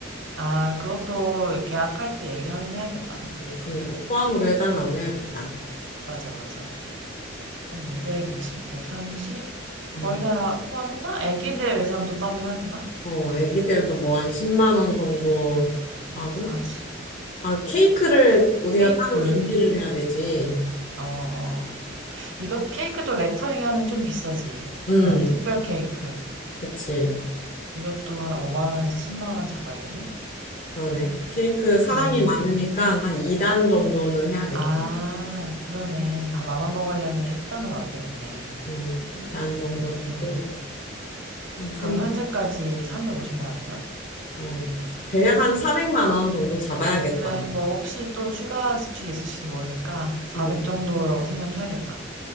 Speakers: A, on the right (about 65°); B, on the left (about 40°).
A: 아, 그것도 계약할 때 얘기하긴 해야겠다.
B: 음, 그니까 포함으로 해달라고
A: 음,
B: 해야겠다.
A: 맞아, 맞아. 그럼 220, 230? 거의
B: 음.
A: 다 포함했나? 애기들 의상도 따로 해야 되나?
B: 어, 애기들도 뭐 한 10만 원 정도
A: 응, 240.
B: 하고 아, 케이크를 우리가
A: 케이크,
B: 따로 준비를 해야 되지.
A: 어, 어. 이것, 케이크도 레터링 하면 좀 비싸지.
B: 음,
A: 그런 특별 케이크.
B: 그치.
A: 이것도 한 5만 원에서 10만 원 잡아야겠네?
B: 그러네. 케이크 사람이
A: 그러면,
B: 많으니까 한 2단 정도는 해야겠다.
A: 아, 그러네. 다 나눠 먹으려면 1단으로 안 되겠네.
B: 어, 2단 정도
A: 음,
B: 하고
A: 음.
B: 한 삼,
A: 그럼 현재까지 350만 원인가?
B: 어, 대략 한 400만 원 정도 잡아야겠다.
A: 그래, 뭐 혹시 또 추가 지출이 있을지도 모르니까 400
B: 음,
A: 정도라고 생각해야겠다.